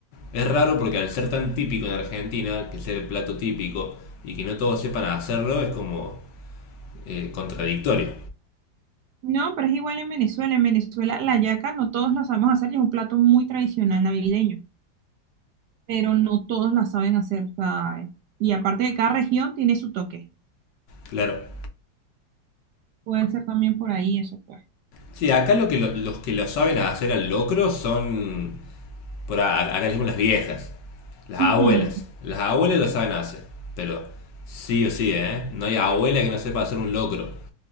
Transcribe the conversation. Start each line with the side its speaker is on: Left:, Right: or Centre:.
Left: Es raro porque al ser tan típico en Argentina, que ser el plato típico, y que no todos sepan hacerlo, es como eh, contradictorio.
Right: No, pero es igual en Venezuela. En Venezuela la yaca no todos la sabemos hacer y es un plato muy tradicional navideño, pero no todos la saben hacer, ¿sabes? Y aparte de cada región tiene su toque.
Left: Claro.
Right: Puede ser también por ahí eso, pues.
Left: Sí, acá lo que lo- los que lo saben hacer al locro son, por a- acá le decimos las viejas, las
Right: Ujú.
Left: abuelas. Las abuelas lo saben hacer, pero sí o sí, ¿eh? No hay abuela que no sepa hacer un locro.